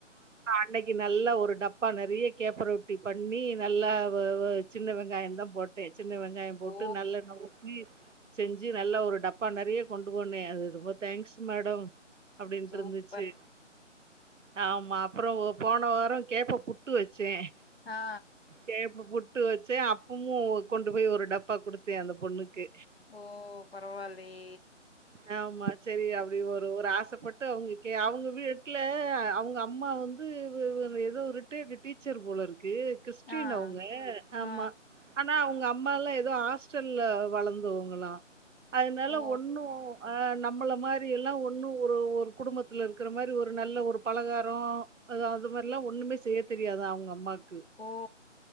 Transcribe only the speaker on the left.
ஓ
சூப்பர்
ஆ
ஓ பரவாலெயெ
ஆ
ஆ
ஓ
ஓ